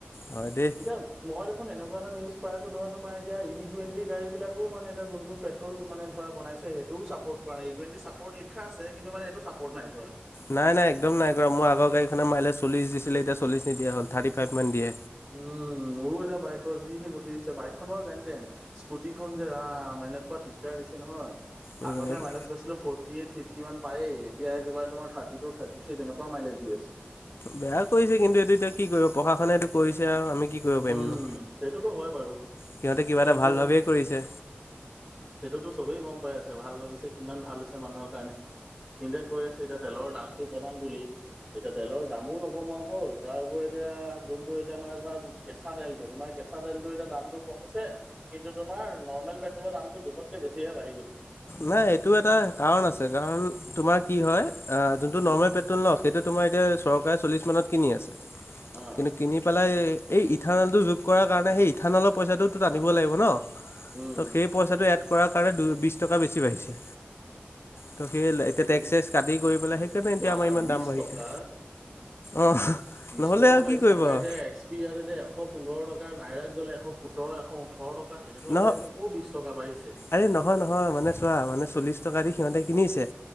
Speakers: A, on the left; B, in the centre.
A: হয় দেই
B: এতিয়া মই দেখোন এনেকুৱা এটা নিউজ পাই আছো ধৰা তোমাৰ এতিয়া ই টুৱেণ্টি গাড়ী বিলাক মানে এতিয়া যোনটো পেট্ৰল মানে ধৰা বনাইছে সেইটোও চাপৰ্ট কৰা নাই ই টুৱেন্টি চাপৰ্ট লিখা আছে কিন্তু মানে সেইটো চাপৰ্ট নাই কৰা
A: নাই নাই একদম নাই কৰা মোৰ আগৰ গাড়ীখনে মাইলেজ চল্লিছ দিছিলে এতিয়া চল্লিছ নিদিয়া হল থাৰ্টি ফাইভমান দিয়ে
B: উম মোৰো এটা বাইকৰ যি সেই গতি হৈছে বাইক খনৰ বু যেনতেন স্কুটি খন যে ৰাম এনেকুৱা দিগদাৰ দিছে নহয়
A: উম,
B: আগতে
A: এইটো
B: মাইলেজ পাইছিলো ফৰটি এইট ফিফটি ওৱান পায়ে এতিয়া তোমাৰ থাৰ্টি টু থাৰ্টি সেইদিনাৰ পৰা মাইলেজ দি আছে
A: বেয়া কৰিছে কিন্তু এইটো এতিয়া কি কৰিব প্ৰশাসনে এইটো কৰিছে আৰু আমি কি কৰিব পাৰিমনো
B: উম সেইটোতো হয় বাৰু
A: সিহঁতে কিবা
B: এইবিলাকতো
A: এটা ভাল ভাবিয়ে কৰিছে।
B: সেইটোতো চবেই গম পাই আছে ভাল ভাবিছে কিমান ভাল হৈছে মানুহৰ কাৰণে ইণ্ডিয়াই কৈ আছে এতিয়া তেলৰ দামটো কমাম বুলি। এতিয়া তেলৰ দামো নোকমোৱা হ'ল। তাৰ উপৰি এতিয়া যোনটো এতিয়া মানে ধৰা। কেঁচা তেলটো তোমাৰ কেঁচা তেলটো এতিয়া দামটো কমিছে। কিন্তু তোমাৰ নৰ্মেল পেট্ৰলৰ দামটো জোখতকে বেছি হে বাঢ়ি গৈছে।
A: নাই এইটো এটা কাৰণ আছে, কাৰণ তোমাৰ কি হয় আহ যোনটো
B: উম।
A: নৰ্মেল পেট্ৰল নও সেইটোত তোমাৰ এতিয়া চৰকাৰে চল্লিছ মানত কিনি আছে,
B: অ',
A: কিন্তু কিনি পেলাই এই ইথানলটো যোগ কৰাৰ কাৰণে সেই ইথানলৰ পইচাটো টানিব লাগিব ন
B: উম,
A: টো সেই পইচাটো এড কৰাৰ কাৰণে বিশ টকা বেছি বাঢ়িছে। ত' সেই
B: সেইটোত
A: এতিয়া টেক্স চেক্স কাটি কৰি পেলাই সেইকাৰণে এতিয়া
B: বা
A: আমাৰ ইমান
B: বিশ
A: দাম বাঢ়িছে।
B: টকা
A: অঁ
B: বিশ
A: নহ'লে
B: টকা
A: আৰু
B: বাঢ়িছে,
A: কি কৰিব
B: আমাৰ
A: আৰু
B: এতিয়া এক্স পি ইয়াত এতিয়া এশ পোন্ধৰ টকা নাইৰাত গ'লে এশ সোতৰ এশ ওঠৰ টকা তেনেকুৱা
A: নহ
B: হৈ আছে কো বিশ টকা। বাঢ়িছে।
A: আৰে নহয় নহয় মানে চোৱা মানে চল্লিশ টকা দি সিহঁতে কিনিছে